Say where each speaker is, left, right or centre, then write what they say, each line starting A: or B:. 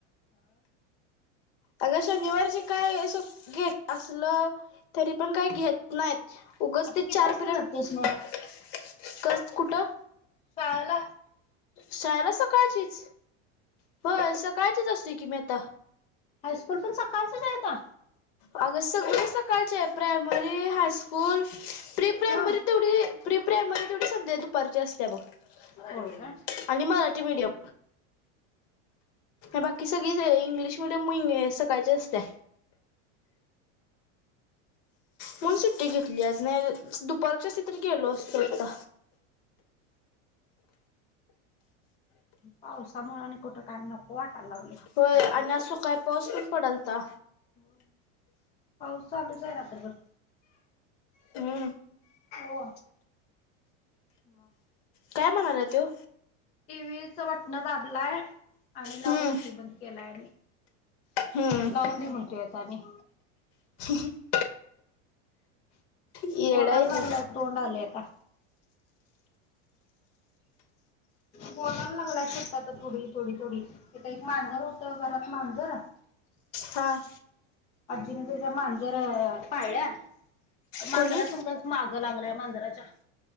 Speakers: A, on the left; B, on the left.
A: अगं शनिवारचे काय अस घेत असलं तरी पण काही घेत नाहीत उगच
B: आता
A: ते चार
B: किती वाजता
A: पिरयड
B: जातेस मग
A: कस कुठं.
B: शाळला.
A: शाळेला सकाळचीच ह य सकाळचीच असतोय की मी आता.
B: हायस्कूल पण सकाळचच हाय आता.
A: अगं सगळी सकाळचे प्रायमरी हास्कूल प्री प्रायमरी.
B: हा
A: तेवढी प्री प्रायमरी तेवढी संध्या दुपारची असत्या बगं.
B: होय काय
A: आणि मराठी मीडियम. बाकी सगळीच इंग्लिश मिडियम सकाळ चीच असत्या. म्हणून सुट्टी घेतल्या आज नाही दुपारची असती तर गेलो असतो आता.
B: पावसामुळं आणि कुठं काय नको <unintelligible>
A: होय आणि
B: पण
A: आज सकाळी पाऊस पण पडालता.
B: हो पाऊस चालुच हाय रात्रभर.
A: हम्म
B: ओ मग.
A: काय म्हणालाय तो.
B: टीव्हीचं बटण दाबलाय आणि लाव
A: हम्म
B: म्हणतोय बंद केलाय आणि.
A: हम्म
B: लावून दे म्हणतोय आता आणि.
A: <unintelligible> येडा
B: बोलायला
A: आहे तो
B: लागलाय तोंड आलेय आता. बोलाय लागलाय शब्द आता थोडी थोडी थोडी इथं एक मांजर होत घरात मांजर.
A: हां.
B: आजींन त्याच्या मांजर पाळल्या तर मांजरा
A: कोणी
B: संगच. माग लागलाय मांजराच्या.